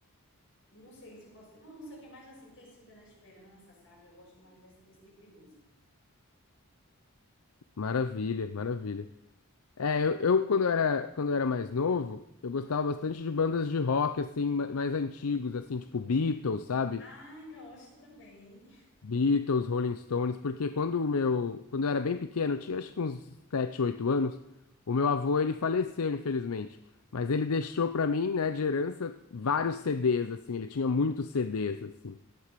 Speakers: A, on the left; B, on the left.
A: Não sei se eu posso dizer. Uma música que é mais assim, tecida na esperança, sabe? Eu gosto mais desse, desse tipo de música.
B: Maravilha, maravilha. É, eu, eu, quando eu era, quando eu era mais novo, eu gostava bastante de bandas de rock, assim, ma- mais antigos, assim, tipo Beatles, sabe?
A: Ah, gosto também.
B: Beatles, Rolling Stones, porque quando o meu, quando eu era bem pequeno, eu tinha acho que uns 7 8 anos, o meu avô, ele faleceu, infelizmente. Mas ele deixou pra mim, né, de herança, vários CDs, assim, ele tinha muitos CDs, assim,